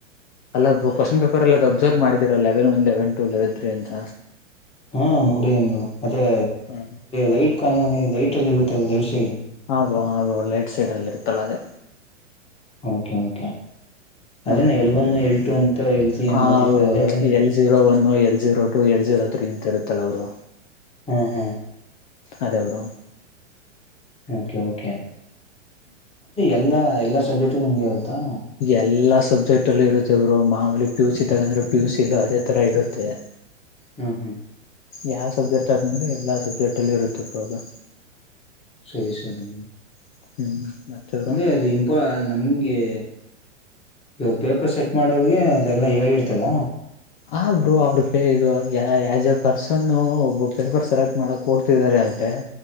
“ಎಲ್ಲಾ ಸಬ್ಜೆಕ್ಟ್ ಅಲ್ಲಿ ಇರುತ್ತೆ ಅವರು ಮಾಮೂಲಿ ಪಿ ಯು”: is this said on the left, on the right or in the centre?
Left